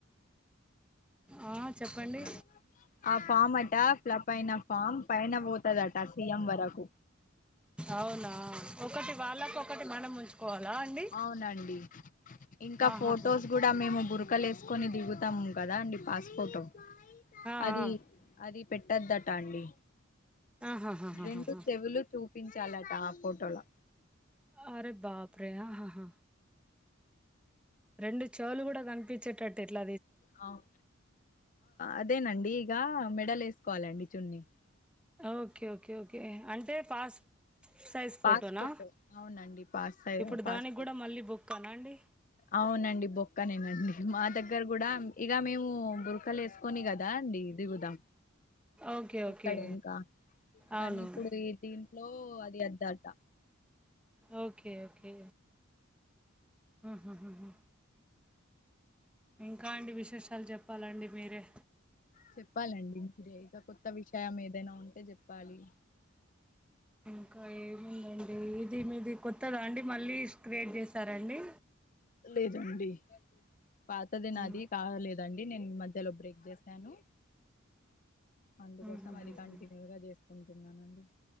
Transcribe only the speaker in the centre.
ఆ చెప్పండి
అవునా ఒకటి వాళ్ళకోకటి మనం ఉంచుకోవాలా అండి
ఆహాహా.
ఆ,
ఆ.
ఆహాహాహాహా.
అరే బాప్రే హహా రెండు చెవులు కూడా కనిపించేటట్టు ఏట్ల
ఓకే ఓకే ఓకే అంటే పాస్ సైజ్ ఫోటోనా
ఇప్పుడు
దానికి కూడా మళ్ళీ బుక్కానండి
ఓకే ఓకే
అవును
ఓకే ఓకే ఉహు హుహు ఇంకా అండి విశేషాలు చెప్పాలండి మీరే
ఇంకా ఏముందండి ఇది మీది కొత్తదా అండి మళ్ళీ క్రియేట్ చేసారండి
హ్మ్.
హుహుహుహు.